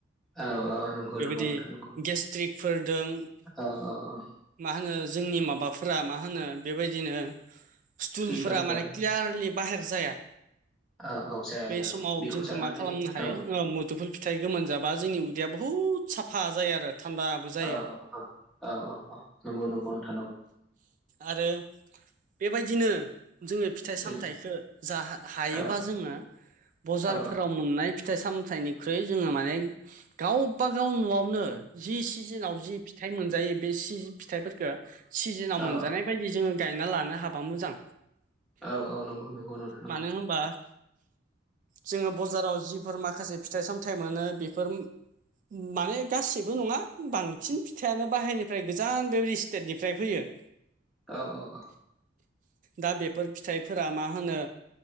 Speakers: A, in the centre; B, on the right.
A: औ औ नंगौ
B: बेबायदि
A: नंगौ नोंथां नंगौ
B: गेस्ट्रिकफोर दं
A: औ औ औ
B: मा होनो जोंनि माबाफोरा मा होनो बेबायदिनो स्टुलफोरा
A: लिभारफोर
B: माने क्लियारलि बाहेर जाया
A: औ औ। जाया
B: बे
A: जाया
B: समाव
A: औ बेखौ
B: जोंखौ
A: जानानै
B: मा खालामनो हायो
A: औ
B: मोदुफुल फिथाइ गोमोन जाबा जोंनि उदैया बहुत साफ फा जायो आरो थान्दाबो जायो।
A: औ औ औ नंगौ नंगौ नोंथां नंगौ।
B: आरो बेबायदिनो जोङो फिथाइ सामथाइखो
A: उम
B: जा हायोबा
A: औ
B: जोङो बजारफोराव
A: औ
B: मोननाय फिथाइ सामथाइनिख्रुइ जोङो माने गावबा गाव न'आवनो जि सिजोनाव जि फि थाइ मोनजायो बे सि फिथाइफोरखो सिजोनाव
A: औ
B: मोनजानाय बायदि जोङो गायना लानो हाबा मोजां।
A: औ औ नंगौ नंगौ नोंथां नंगौ
B: मानो होमबा जोङो बजाराव जिफोर माखासे फिथाइ सामथाइ मोनो बेफोर माने गासिबो नङा बांसिन फिथाइयानो बाहेरनिफ्राय गोजान बेबादि स्टेटनिफ्राय फैयो। <inaudible>
A: औ औ औ
B: दा बेफोर फिथाइफोरा मा होनो